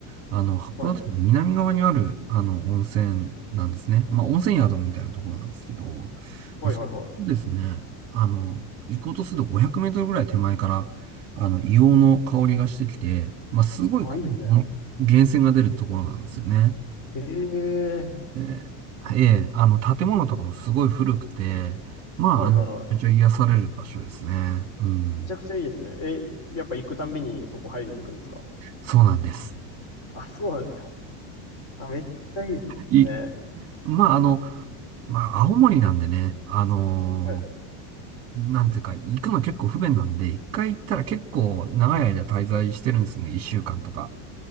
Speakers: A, on the right; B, on the left.
A: あの、函館の南側にある、
B: はい、
A: あの、温泉なんですね。まあ、温泉宿みたいなところなんですけど、
B: はい、
A: まあ、そこですね、
B: はい、はい。
A: あの、行こうとすると500メートルぐらい手前から、あの、硫黄の香りがしてきて、まあ、すごい濃い温源泉が出るところなんですよね。
B: あ、いいですね。ええ
A: でええ、あの、建物とかもすごい古くて、まあ、
B: はい、
A: あのめちゃくちゃ癒される場所ですね。
B: はい、はい。
A: うん。
B: めちゃくちゃいいですね。え、やっぱ行くたんびにそこ入りに行くんですか
A: そうなんです。
B: あ、そうなんですか。あ、めっちゃいいですね。
A: い、まあ、あの、まあ、青森なんでね、あのー
B: はい。
A: なんていうか、行くの結構不便なんで、一回行ったら結構長い間滞在してるんですね。一週間とか。